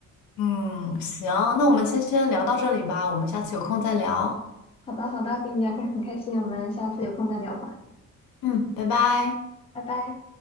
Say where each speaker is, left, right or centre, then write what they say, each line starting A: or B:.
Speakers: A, on the left (about 75°); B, on the left (about 20°).
A: 嗯，行，那我们先先聊到这里吧，我们下次有空再聊。
B: 好的好的，跟你聊天很开心，我们下次有空再聊吧。
A: 嗯，拜拜。
B: 拜拜